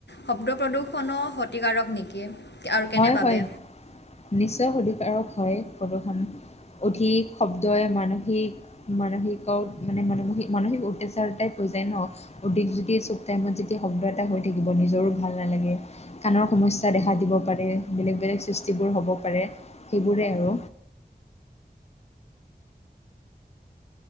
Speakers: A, on the left; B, on the left.
A: শব্দ প্ৰদূষণো ক্ষতিকাৰক নেকি? আৰু কেনে
B: হয়
A: বাবে
B: হয়, নিশ্চয় ক্ষতিকাৰক হয় প্ৰদূষণ। অধিক শব্দই মানসিক মানসিক মানে মান-মানসিক অত্যাচাৰ টাইপ হৈ যায় ন। অধিক যদি চব টাইমত যেতিয়া শব্দ এটা হৈ থাকিব নিজৰো ভাল নালাগে। কাণৰ সমস্যা দেখা দিব পাৰে, বেলেগ বেলেগ সৃষ্টিবোৰ হ'ব পাৰে সেইবোৰে আৰু।